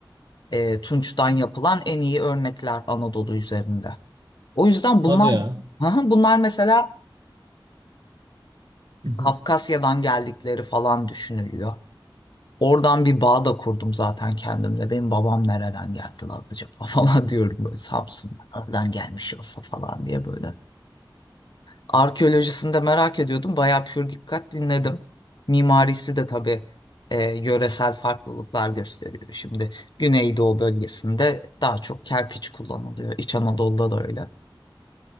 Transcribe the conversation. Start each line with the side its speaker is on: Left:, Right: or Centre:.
Left: e, tunçtan yapılan en iyi örnekler Anadolu üzerinde. O yüzden bunlar
Right: Hadi ya.
Left: <laughs> Hı hı, bunlar mesela
Right: <laughs>
Left: Kafkasya'dan geldikleri falan düşünülüyor. Oradan bir bağ da kurdum zaten kendimle. Benim babam nereden geldi lan acaba <laughs> falan diyorum böyle Samsun'dan gelmiş olsa falan diye böyle. Arkeolojisini de merak ediyordum. Bayağı pür dikkat dinledim. Mimarisi de tabii e, yöresel farklılıklar gösteriyor. Şimdi Güneydoğu bölgesinde daha çok kerpiç kullanılıyor. İç Anadolu'da da öyle.